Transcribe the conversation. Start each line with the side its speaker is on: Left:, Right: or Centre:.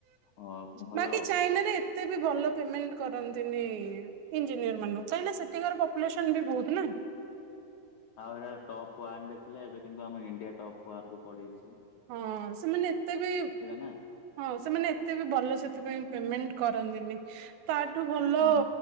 Left: ହଁ ଭଲ
Right: ବାକି
Left: ଆଉ।
Right: ଚାଇନାରେ ଏତେ । ତେ ବି ଭଲ ପେମେଣ୍ଟ କରନ୍ତିନି ଇଞ୍ଜିନିୟର ମାନଙ୍କୁ । କାହିଁକନା ସେଠିକାର ପପୁଲେସନ ବି ବହୁତ ନା ।
Left: ଆଉ ଏଟା ଟପ୍ ୱାନ ରେ ଥିଲା ଏବେ କିନ୍ତୁ ଆମ ଇଣ୍ଡିଆ ଟପ୍ ୱାାନ କୁ ପଳେଇଛି ।
Right: ହଁ ସେମାନେ ଏତେ ବି
Left: ନା।
Right: ହଁ ସେମାନେ ଏତେ ବି ଭଲ ସେଥିପାଇଁ ପେମେଣ୍ଟ କରନ୍ତିନି । <unintelligible> ତାଠୁ ଭଲ
Left: ହୁଁ।